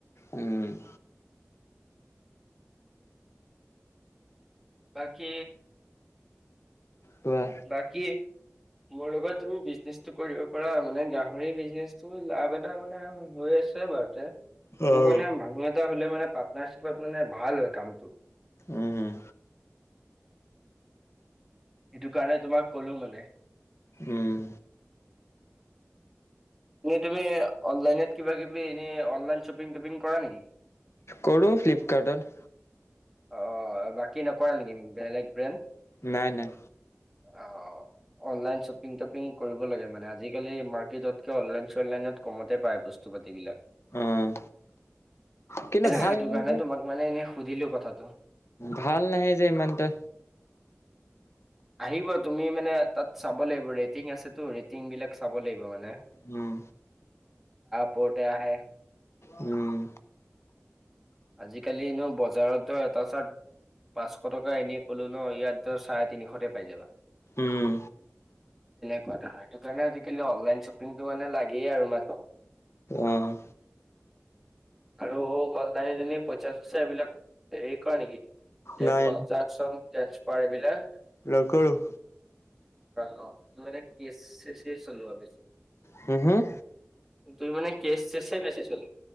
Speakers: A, on the left; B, in the centre.
A: উম
B: বাকী
A: কোৱা
B: বাকী মোৰ লগত যোৰ বিজনেচটো কৰিব পাৰা মানে গাহৰি বিজনেচটো লাভ এটা মানে আৰু হৈয়ে নিশ্চয় বাৰু
A: অ'।
B: মোৰ মানে মানুহ এটা হলে মানে পাৰ্টনাৰশ্বিপত মানে ভাল হয় কামটো <unintelligible>
A: উম হম
B: সেইটো কাৰণে তোমাক কলো মানে
A: উম
B: এনেই তুমি অনলাইনত কিবা কিবি এনে অনলাইন শ্বপিং টপিং কৰা নেকি
A: কৰো ফ্লিপকাৰ্টত
B: অ বাকী নকৰা নেকি বেলেগ ব্ৰেণ্ড
A: নাই নাই
B: অ অনলাইন শ্বপিং টপিং কৰিব লাগে মানে আজিকালি মাৰ্কেটতকে অনলাইন চনলাইনত কমতে পায় বস্তু বস্তু পাতিবিলাক
A: অ', কিন্তু
B: সেইটো
A: ভাল নাহে
B: কাৰণে
A: যে,
B: তোমাক মানে এনে সুধিলো কথাটো
A: ভাল নাহে যে ইমান তা
B: আহিব তুমি মানে তাত চাব লাগিব ৰেটিং আছেতো ৰেটিং বিলাক চাব লাগিব মানে
A: উম
B: পটয়া আহে <unintelligible>
A: উম
B: আজিকালি নো বজাৰত ধৰ এটা চাৰ্ট পাঁচশ টকা এনেই কলো ন ইয়াত ধৰ চাৰে তিনিশতে পাই যায়
A: উম
B: সেইটো কাৰণে আজিকালি অনলাইন শ্বপিংটো মানে লাগেই আৰু ন
A: অ',
B: আৰু ক তই এনে পইচা চইচা বিলাক এই কৰ নিকি এই
A: নাই
B: কস্টাচন টেনৰ্চপত <unintelligible> পাৰবিলাক <unintelligible>
A: নকৰো
B: অ অ তোৰ মানে কেচ চেছ চলে আৰু বেছি
A: হম হম
B: তুমি মানে কেচ চেছে বেছি চলে